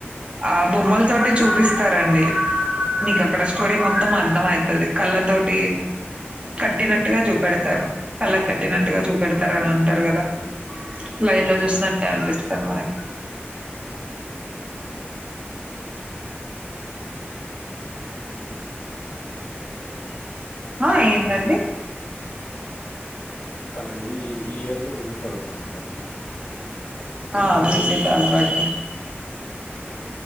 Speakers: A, on the right; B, on the left.
A: ఆ బొమ్మల తోటి చూపిస్తారండి మీక అక్కడ స్టోరీ మొత్తం అర్థం అవుతుంది కళ్ళ తోటి కట్టినట్టుగా చూపెడతారు కళ్ళ కట్టినట్టుగా చూపెడతారు అని అంటారు కదా లైన్లో చూసినట్టే అనిపిస్తారు మనకి
B: బాగా
A: ఆ ఏండి
B: అండి ఈ ఇయర్ లో విజిట్ అవుతాను డెఫినెట్లీ
A: ఆ విజేత బడ్డ